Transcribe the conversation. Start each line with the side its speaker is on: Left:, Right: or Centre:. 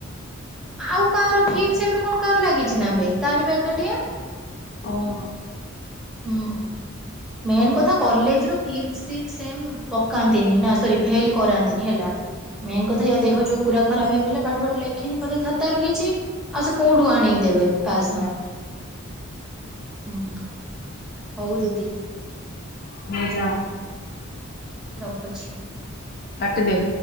Centre: ଆଉ କାହାର ଫିପ୍ ସେମିରେ କଣ କାହାର ଲାଗିଚି ନା ବେ ତାରି ବା ଏକାଟିଆ।
Left: ଓହୋ।
Centre: ହୁଁ ମେନ୍ କଥା କଲେଜ୍ ର ଫିପ୍ ସିକ୍ସ ସେମ୍ ପକାନ୍ତିନି ନା ସରି ଫେଲ୍ କରାନ୍ତିନି ହେଲା। ମେନ୍ କଥା ୟା ଦେହ ଯୋଉ ପୁରା ଖରାପ୍ ହେଇଗଲା ପାଠ ଫାଠ ଲେଖିନି ବୋଧେ ଖାତାରେ କିଛି ଆଉ ସେ କୋଉଠୁ ଆଣିକି ଦେବେ ପାସ୍ ମାର୍କ। ହଉ ଦିଦି।
Left: ହଉ ଯା।
Centre: ରଖୁଛି।
Left: କାଟିଦେ।